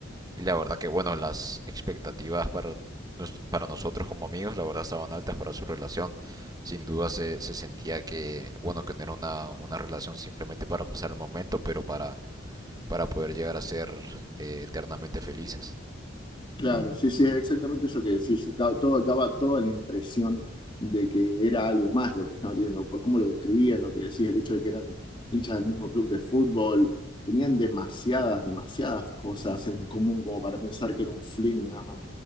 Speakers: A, on the right; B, on the left.
A: Y la verdad que, bueno, las expectativas para, nos- para nosotros como amigos, la verdad estaban altas para su relación. Sin duda se, se sentía que, bueno, que no era una, una relación simplemente para pasar el momento, pero para, para poder llegar a ser eh, eternamente felices.
B: Claro, sí, sí, es exactamente eso que decís. Da- todo, daba toda la impresión de que era algo más lo que estaban viendo, por cómo lo describían, lo que decís, el hecho de que eran hinchas del mismo club de fútbol. Tenían demasiadas, demasiadas cosas en común como para pensar que era un fling nada más.